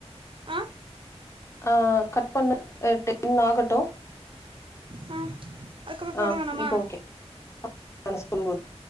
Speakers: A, on the right; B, on the left.
A: ஆ
B: ஆ கட் பண்ணு அ டென் ஆகட்டு
A: ஆ அதுக்கப்புறோ
B: ஆ
A: போட வேணாமா
B: இப்போ ஓகே ம <unintelligible> போது